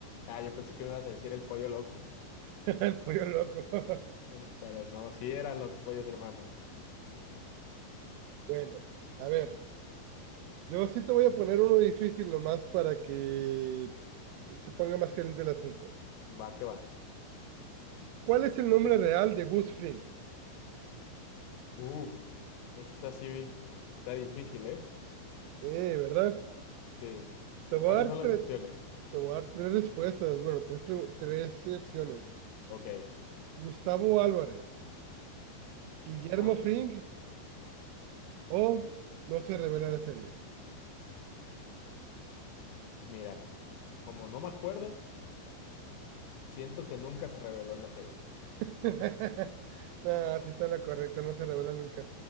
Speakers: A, on the left; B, on the right.
A: Ah, yo pensé que me ibas a decir el pollo loco.
B: <laughs> El pollo loco. <laughs>
A: <laughs> Pero no, sí eran los pollos hermanos.
B: Bueno, a ver, yo sí te voy a poner uno difícil nomás para que se ponga más caliente el asunto.
A: Va que va.
B: ¿Cuál es el nombre real de Gus Fring?
A: Uf, esta sí está difícil, ¿eh?
B: Eh, ¿verdad?
A: Sí. ¿Y
B: Te voy
A: ¿Cuáles
B: a dar
A: son las
B: tres,
A: opciones?
B: te voy a dar tres respuestas, bueno, tres, pregu- tres opciones.
A: Ok.
B: Gustavo Álvarez, Guillermo
A: Ajá.
B: Fring o No se revela la serie.
A: Mira, como no me acuerdo, siento que nunca se reveló en la serie.
B: <laughs> No, sí está la correcta, no se revela nunca.